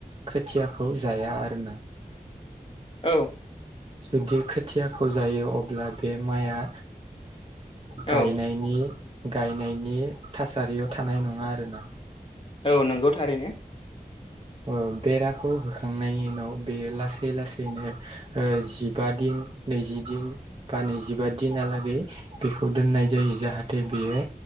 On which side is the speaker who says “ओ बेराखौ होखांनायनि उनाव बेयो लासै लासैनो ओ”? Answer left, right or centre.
Right